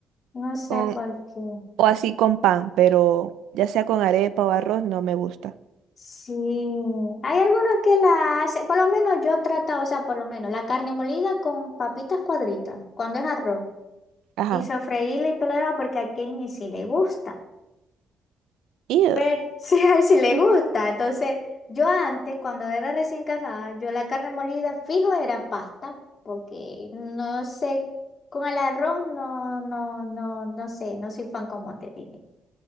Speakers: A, on the left (about 50°); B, on the right (about 85°).
A: No sé
B: con,
A: por qué.
B: o así con pan, pero ya sea con arepa o arroz, no me gusta.
A: Sí, hay algunos que la hacen, por lo menos yo he tratado, o sea, por lo menos la carne molida con papitas cuadritas, cuando es arroz,
B: Ajá.
A: y sofreírla y todo lo demás, porque a Kenny sí le gusta,
B: Ew.
A: pero <laughs> sí, a él sí le
B: Ujú.
A: gusta. Entonces, yo antes, cuando era recién casada, yo la carne molida fijo era pasta, porque no sé, con el arroz no, no, no, no sé, no soy fan como te dije.